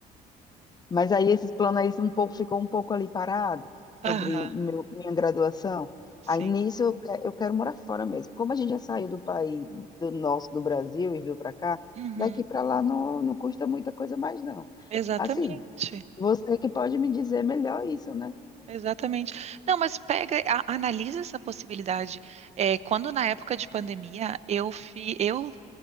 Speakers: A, on the left (about 25°); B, on the right (about 40°).
A: mas aí esses planos aí um pouco, ficou um pouco ali parado
B: Aham,
A: sobre meu- minha graduação.
B: sim.
A: Aí nisso eu, que- eu quero morar fora mesmo. Como a gente já saiu do país, do nosso, do Brasil e veio para cá,
B: Uhum,
A: daqui para lá não, não custa muita coisa mais não.
B: exatamente.
A: Assim, você que pode me dizer melhor isso, né?
B: Exatamente. Não, mas pega, a- analisa essa possibilidade. É, quando na época de pandemia eu fi, eu